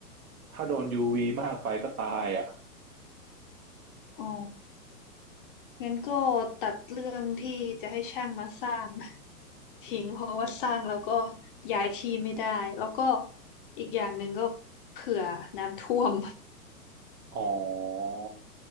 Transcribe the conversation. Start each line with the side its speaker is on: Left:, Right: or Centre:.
Right: ถ้าโดนยูวีมากไปก็ตายอ่ะ
Left: อ๋องั้นก็ตัดเรื่องที่จะให้ช่างมาสร้าง <laughs> ทิ้งเพราะว่าสร้างแล้วก็ย้ายที่ไม่ได้แล้วก็อีกอย่างหนึ่งก็เผื่อน้ำท่วม
Right: อ๋อ